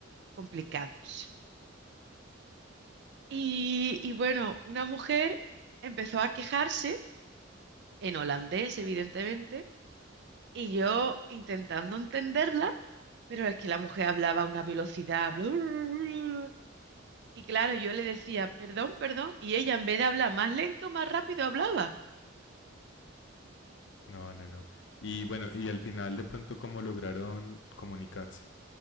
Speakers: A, on the right (about 55°); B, on the left (about 65°).
A: complicados. Y, y bueno, una mujer empezó a quejarse, en holandés, evidentemente Y yo intentando entenderla, pero es que la mujer hablaba a una velocidad. bla, bla, bla, bla. Y claro, yo le decía, perdón, perdón, y ella en vez de hablar más lento, más rápido hablaba.
B: No, no, no. Y bueno, y al final de pronto, ¿cómo lograron comunicarse?